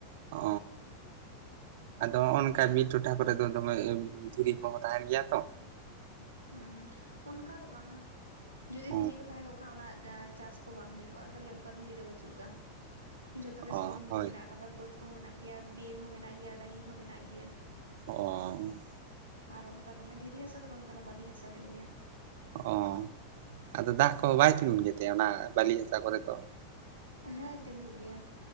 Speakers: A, on the right; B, on the right.
A: ᱚ᱾ ᱟᱫᱚ ᱦᱚᱸᱜᱼᱚ ᱱᱚᱝᱠᱟ ᱵᱤᱨ ᱴᱚᱴᱷᱟ ᱠᱚᱨᱮ ᱫᱚᱢᱮ ᱫᱷᱤᱨᱤ ᱠᱚᱦᱚᱸ ᱛᱟᱦᱮᱸᱱ ᱜᱮᱭᱟ ᱛᱚ᱾
B: ᱦᱩᱸ ᱚᱱᱠᱟ ᱫᱚ ᱵᱟᱝᱟ, ᱡᱩᱫᱤ
A: ᱚ
B: ᱫᱷᱤᱨᱤ ᱠᱚ ᱛᱟᱦᱮᱸ ᱠᱚᱜ ᱠᱷᱟᱡ ᱚᱱᱟ ᱡᱟᱦᱟᱸ ᱪᱟᱥ ᱠᱚ ᱵᱟᱝ ᱦᱩᱭ ᱠᱚᱜᱼᱟ, ᱛᱟᱞᱦᱮ ᱚᱱᱠᱟ ᱫᱷᱤᱨᱤ ᱫᱚ ᱵᱟᱹᱪᱩᱜ ᱠᱟᱜᱼᱟ᱾ ᱡᱷᱚᱛᱚ ᱜᱮ
A: ᱚ
B: ᱥᱚᱢᱟᱱ ᱥᱚᱢᱟᱱ
A: ᱦᱳᱭ
B: ᱢᱮᱱᱟᱜ ᱟᱠᱟᱫᱟ, ᱵᱟᱹᱫᱽ ᱠᱚᱦᱚᱸ ᱢᱮᱱᱟᱜ ᱜᱮᱭᱟ ᱵᱤᱨ ᱦᱚᱸ ᱢᱮᱱᱟᱜ ᱜᱮᱭᱟ ᱰᱟᱹᱦᱤ ᱦᱚᱸ ᱢᱮᱱᱟᱜ ᱜᱮᱭᱟ᱾
A: ᱚ᱾
B: ᱟᱨ ᱚᱱᱠᱟ ᱫᱚᱢᱮ ᱫᱷᱤᱨᱤ ᱦᱟᱥᱟ ᱫᱚ ᱵᱟᱝ ᱠᱟᱱᱟ ᱵᱟᱞᱤ ᱦᱟᱥᱟ ᱧᱚᱜ ᱜᱮᱭᱟ᱾
A: ᱚ ᱟᱫᱚ ᱫᱟᱜ ᱠᱚ ᱵᱟᱭ ᱛᱤᱸᱜᱩᱱ ᱜᱮᱛᱮ ᱚᱱᱟ ᱵᱟᱹᱞᱤ ᱦᱟᱥᱟ ᱠᱚᱨᱮ ᱫᱚ?
B: ᱦᱮᱸ ᱛᱤᱸᱜᱩᱜ ᱜᱮᱭᱟ᱾